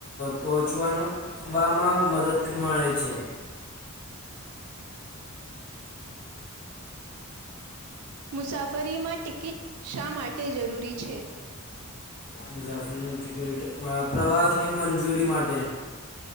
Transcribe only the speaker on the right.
મુસાફરીમાં ટિકિટ શા માટે જરૂરી છે.